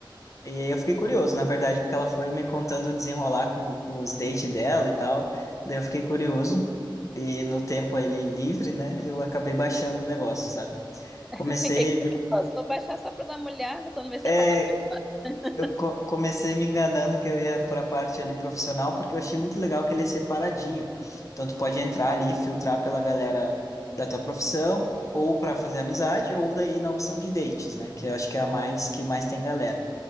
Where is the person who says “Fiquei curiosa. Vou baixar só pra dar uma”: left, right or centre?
Centre